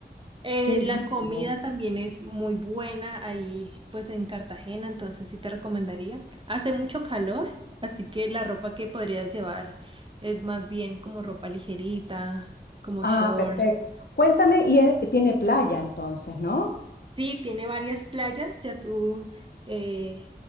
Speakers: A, on the right; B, on the left.
A: Eh,
B: Qué lindo.
A: la comida también es muy buena ahí, pues en Cartagena, entonces sí te recomendaría. Hace mucho calor, así que la ropa que podrías llevar es más bien como ropa ligerita, como
B: Ah,
A: shorts.
B: perfecto. Cuéntame, y es- tiene playa entonces, ¿no?
A: Sí, tiene varias playas, ya tú eh,